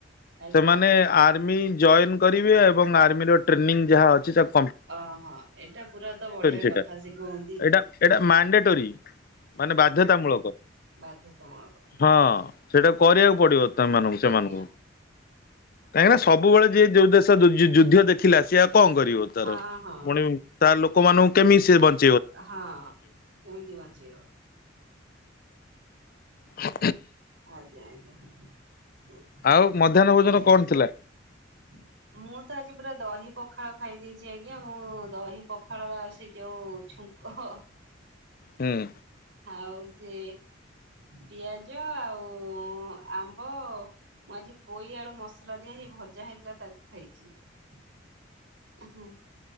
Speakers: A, on the right; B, on the left.
A: ଆଜ୍ଞା
B: ସେମାନେ ଆ ଆ ଜଏ କରିବେ ଆ ଯା
A: ଓହୋ ଏଇଟା ପୁରା ତ ବଢିଆ
B: ସେଇଟା
A: କଥା ଶିଖନ୍ତି।
B: ଏଇଟା ଏଇଟା <inaudible> ମାନେ ବାଧ୍ୟତାମୂଳକ
A: ବାଧ୍ୟତାମୂଳକ
B: ହଁ ସେଇଟା କରିବାକୁ ପଡିବ ସେମାନଙ୍କୁ ସେମାନଙ୍କୁ
A: ଆଜ୍ଞା
B: କାହିଁକିନା ସବୁବେଳେ ଯିଏ ଯୋଉ ଦେଶ ଯୁଦ୍ଧ ଦେଖିଲା ସିଏ ଆଉ କଣ କରିବ ତାର
A: ହଁ ହଁ
B: ପୁଣି ତାର ଲୋକମାନଙ୍କୁ କେମିତି ସେ ବଞ୍ଚି
A: ହଁ କେମିତି ବଞ୍ଚେଇବ ।
B: ହ
A: ଆଜ୍ଞା ଆଜ୍ଞା। ଆ
B: ଆଉ ମଧ୍ୟାହ୍ନ
A: ଏମତି
B: ଭୋଜନ
A: ଚାଲିଛି
B: କଣ
A: ଆଉ
B: ଥିଲା?
A: ମୁଁ ତ ଆଜି ପୁରା ଦହି ପଖା ପଖାଳ ଖାଇ ଦେଇଛି ଆଜ୍ଞା ମୁଁ ଦହି ପଖାଳର ଆଉ ସେ ଯୋଉ ଛୁଙ୍କ
B: ହୁଁ।
A: ଆଉ ସେ ପିଆଜ ଆଉ ଆମ୍ବ ମୁଁ ଆଜି ପୋଇ ଆଳୁ ମସଲା ଦିଆ ହେଇ ଭଜା ହେଇଥିଲା ତାକୁ ଖାଇଛି । ହଁ